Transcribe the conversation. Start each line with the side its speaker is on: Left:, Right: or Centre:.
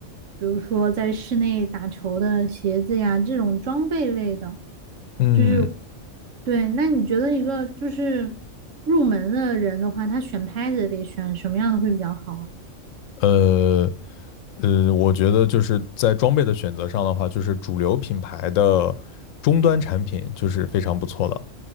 Right: 比如说在室内打球的鞋子呀，这种装备类的，
Left: 嗯，
Right: 就是对。那你觉得一个就是入门的人的话，他选拍子得选什么样的会比较好啊？
Left: 呃呃，我觉得就是在装备的选择上的话，就是主流品牌的终端产品就是非常不错的。